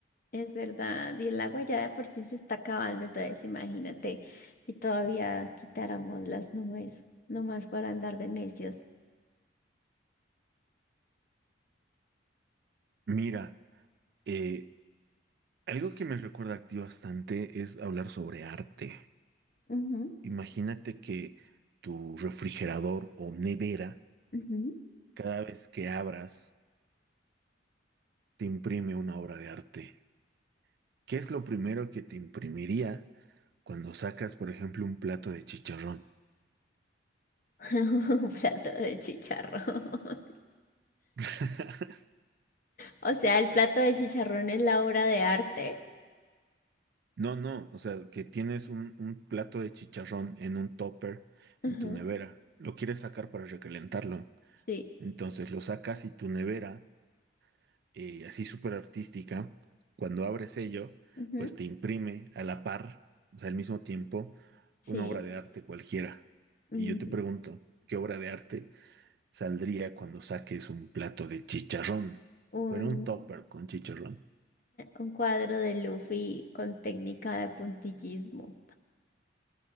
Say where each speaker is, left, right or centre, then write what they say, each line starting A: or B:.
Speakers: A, on the left (about 45°); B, on the right (about 55°).
A: Es verdad. Y el agua ya de por sí se está acabando. Entonces, imagínate si todavía quitáramos las nubes, nomás para andar de necios.
B: Mira, eh, algo que me recuerda a ti bastante es hablar sobre arte.
A: Ujú,
B: Imagínate que tu refrigerador o nevera,
A: ujú.
B: cada vez que abras, te imprime una obra de arte. ¿Qué es lo primero que te imprimiría cuando sacas, por ejemplo, un plato de chicharrón?
A: <laughs> Un plato de chicharrón. <laughs>
B: <laughs>
A: O sea, el plato de chicharrón es la obra de arte.
B: No, no, o sea, que tienes un, un plato de chicharrón en un topper en
A: Ujú,
B: tu nevera. Lo quieres sacar para recalentarlo.
A: Sí.
B: Entonces lo sacas y tu nevera eh, así súper artística, cuando abres ello,
A: ujú,
B: pues te imprime a la par, o sea, al mismo tiempo,
A: Sí.
B: una obra de arte cualquiera. Y
A: Mm,
B: yo te pregunto, ¿qué obra de arte saldría cuando saques un plato de chicharrón?
A: Un,
B: Bueno, un topper con chicharrón.
A: un cuadro de Luffy con técnica de puntillismo.